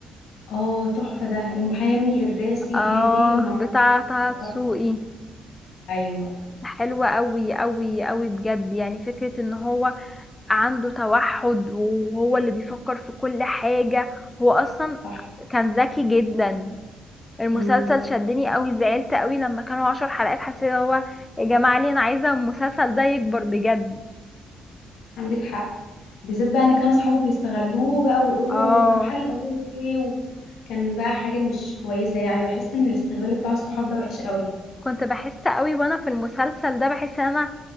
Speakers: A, on the left; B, on the left.
A: اه تحفة ده المحامي الراسي الهادي
B: اه
A: ومعاه
B: بتاع
A: رجل،
B: طه
A: ده
B: دسوقي
A: تحفة أيوه
B: حلوة قوي قوي قوي بجد يعني فكرة ان هو عنده توحد وهو اللي بيفكر في كل حاجة هو اصلا
A: صح
B: كان ذكي جدا المسلسل
A: امم
B: شدني قوي زعلت قوي لما كانوا عشر حلقات حسيت هو يا جماعة ليه انا عايزة المسلسل ده يكبر بجد
A: عندك حق بالذات بقى ان كانوا اصحابه بيستغلوه بقى ويقولوا
B: اه
A: طب حل القضيه دي ايه و... كان بقى حاجه مش كويسه يعني بحس ان الاستغلال بتاع الصحاب ده وحش قوي
B: كنت بحس قوي وانا في المسلسل ده بحس ان انا